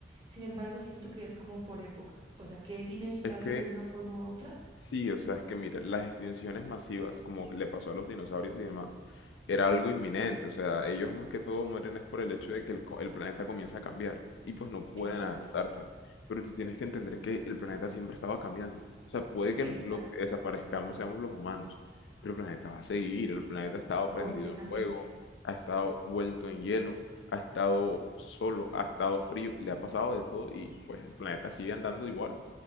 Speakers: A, on the right; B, on the left.
A: Sin embargo, siento que es como por época, o sea, que es inevitable
B: Es que
A: de una forma u otra.
B: Sí, o sea, es que mira, las extinciones masivas, como le pasó a los dinosaurios y demás, era algo inminente. O sea, ellos más que todo mueren es por el hecho de que el, co- el planeta comienza a cambiar y pues no pueden
A: Exacto,
B: adaptarse. Pero tú tienes que entender que el planeta siempre estaba cambiando. O sea, puede que
A: exacto,
B: los, los que desaparezcamos seamos los humanos, pero el planeta va a seguir. El planeta ha estado
A: completamente.
B: prendido en fuego, ha estado vuelto en hielo, ha estado solo, ha estado frío, le ha pasado de todo y pues el planeta sigue andando igual.